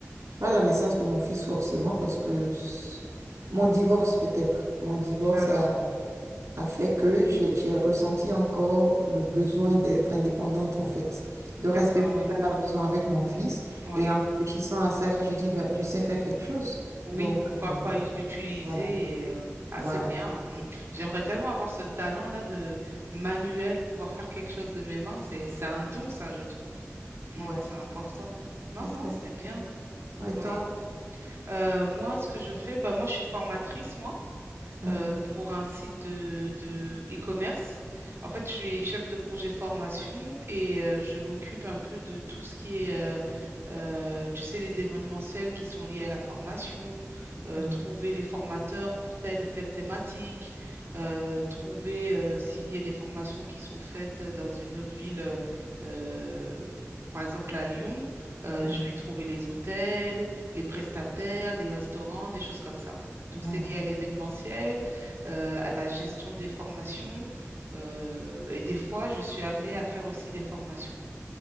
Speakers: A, on the right; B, on the right.
A: pas la naissance de mon fils forcément, parce que s- mon divorce peut-être, mon divorce
B: Ah,
A: a, a fait que j'ai j'ai ressenti encore le besoin d'être indépendante en fait, de
B: d'accord,
A: rester
B: oui,
A: à la maison avec mon fils.
B: oui.
A: Et en réfléchissant à ça, j'ai dit, bah, je sais faire quelque chose.
B: Oui,
A: Donc,
B: pourquoi
A: euh,
B: pas y- l'utiliser
A: voilà,
B: et, euh, Ah,
A: voilà.
B: c'est bien. Mm. J'aimerais tellement avoir ce talent-là de manuel, pouvoir faire quelque chose de mes mains. C'est, c'est un don, ça, je trouve. Mm,
A: Ouais,
B: c'est important. Non,
A: c'est très
B: non, c'est
A: bien.
B: bien.
A: Ouais, Et
B: Oui.
A: toi?
B: Euh, moi, ce que je fais, bah, moi, je suis formatrice, moi
A: Hmm,
B: euh, pour un site de, de e-commerce. En fait, je suis chef de projet formation et euh, je m'occupe un peu de tout ce qui est, euh, euh, tu sais, les événementiels qui sont liés à la formation, euh,
A: hmm,
B: trouver les formateurs pour telle ou telle thématique, euh, trouver euh, s'il y a des formations qui sont faites dans une autre ville. euh, euh, par exemple, à Lyon, euh,
A: hmm,
B: je vais trouver les hôtels, les prestataires, les restaurants, des choses comme ça. Donc,
A: hmm.
B: c'est lié à l'événementiel, euh, à la gestion des formations. euh, et des fois, je suis amenée à faire aussi des formations.